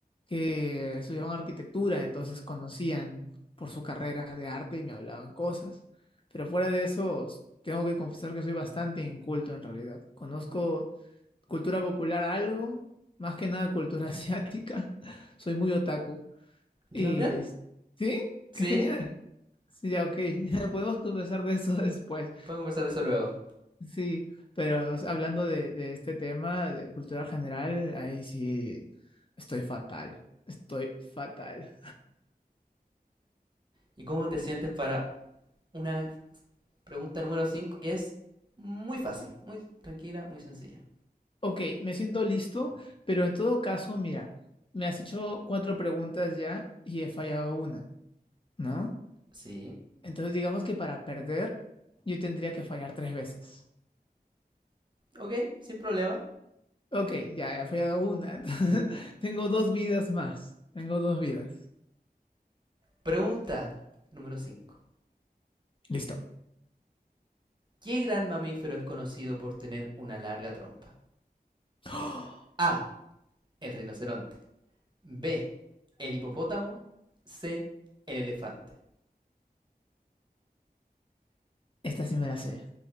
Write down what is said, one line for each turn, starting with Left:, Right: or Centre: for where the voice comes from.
Left: que estudiaban arquitectura, entonces conocían por su carrera de arte y me hablaban cosas, pero fuera de eso, tengo que confesar que soy bastante inculto en realidad. Conozco cultura popular algo, más que nada cultura asiática. <laughs> Soy muy otaku.
Right: ¿yo
Left: Y
Right: también?
Left: es- sí,
Right: Sí,
Left: qué genial. Sí, ya, ok. <laughs> Podemos conversar de eso después.
Right: puedo conversar de eso luego.
Left: Sí, pero o sea, hablando de, de este tema de cultura general, ahí sí estoy fatal. Estoy fatal.
Right: ¿Y cómo te sientes para una pregunta número 5 que es muy fácil, muy tranquila, muy sencilla?
Left: Ok, me siento listo, pero en todo caso, mira, me has hecho cuatro preguntas ya y he fallado una, ¿no?
Right: Sí,
Left: Entonces digamos que para perder, yo tendría que fallar tres veces.
Right: ok, sin problema.
Left: Ok, ya he fallado una. <laughs> Entonces, tengo dos vidas más. Tengo dos vidas.
Right: Pregunta número 5.
Left: Listo.
Right: ¿Qué gran mamífero es conocido por tener una larga trompa?
Left: <gasps> ¡Oh!
Right: A. El rinoceronte. B. El hipopótamo. C. El elefante.
Left: Esta sí me la sé.